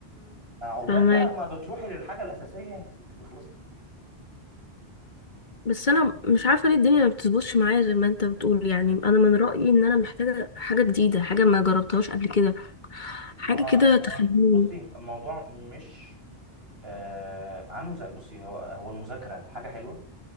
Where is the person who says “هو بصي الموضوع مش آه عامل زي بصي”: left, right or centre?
Right